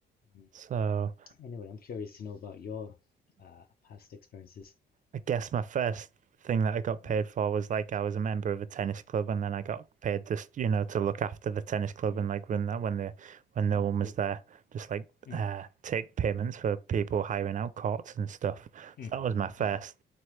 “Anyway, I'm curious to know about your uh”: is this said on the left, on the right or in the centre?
Left